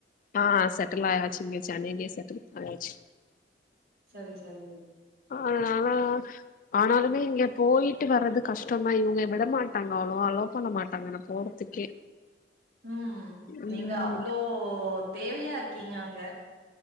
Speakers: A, on the left; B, on the right.
A: ஆ செட்டெல் ஆயாச்சி இங்க சென்னையிலயே செட்டில் ஆயாச்சி
B: சரி சரி
A: ஆனால ஆனாலுமே இங்க போயிட்டு வர்றது கஷ் டந்தா இவுங்க விட மாட்டாங்க அவளோவா அளோ பண்ண மாட்டாங்க நா போறதுக்கே
B: ம்
A: ம்
B: நீங்க அவ்ளோ தேவையா இருக்கீங்க அங்க